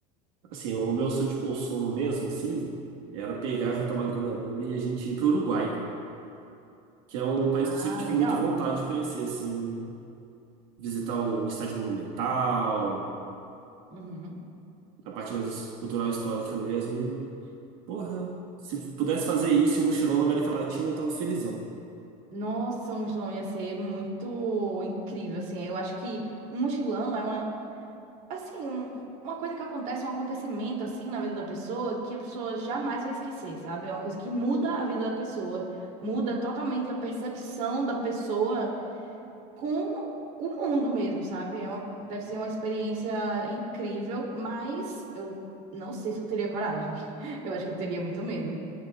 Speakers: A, on the right; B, on the right.
A: Assim, o meu sonho de consumo mesmo, assim, era pegar, juntar uma grana boa e a gente ir pro Uruguai, que é um país
B: Ah,
A: que eu sempre tive
B: legal.
A: muita vontade de conhecer, assim, visitar o Estádio Monumental,
B: Uhum.
A: a parte mais cultural e histórica mesmo, e Porra, se eu pudesse fazer isso e um mochilão na América Latina, eu tava felizão.
B: Nossa, um mochilão ia ser muito incrível, assim. Eu acho que um mochilão é uma assim, um- uma coisa que acontece, um acontecimento assim na vida da pessoa que a pessoa jamais vai esquecer, sabe? É uma coisa que muda a vida da pessoa, muda totalmente a percepção da pessoa com o mundo mesmo, sabe? É uma, deve ser uma experiência incrível, mas eu não sei se eu teria coragem. <laughs> Eu acho que eu teria muito medo.